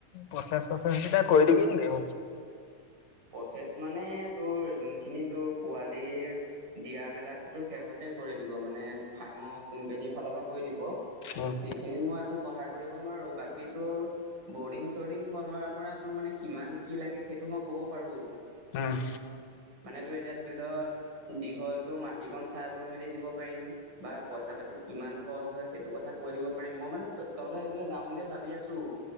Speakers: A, on the left; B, on the right.
A: প্ৰচেছ চছেছ কেইটা কৰি দিবি নেকি।
B: প্ৰচেছ মানে তোৰ যোনখিনি তোৰ পোৱালি দিয়া মেলাতো সিহঁতে কৰি দিব মানে ফাৰ্মৰ কোম্পানী ফালৰ পৰা কৰি দিব
A: উম,
B: সেইখিনিত মই একো সহায় কৰিব নোৱাৰো বাকী তোৰ বৰ্ডিং চৰ্ডিং বনোৱাৰ পৰা তোৰ মানে কিমান কি লাগে সেইটো মই ক'ব পাৰো।
A: অহ।
B: মানে তো এতিয়া ধৰি ল দীঘলতটো মাটি কন চাই বৈ মেলি দিব পাৰিম। বা পইচা পাতি। কিমান খৰচ হৈছে, সেইটো কথা কৈ দিব পাৰিম। মই মানে তহঁতৰ সেইফালে যাম বুলি ভাবি আছোঁ।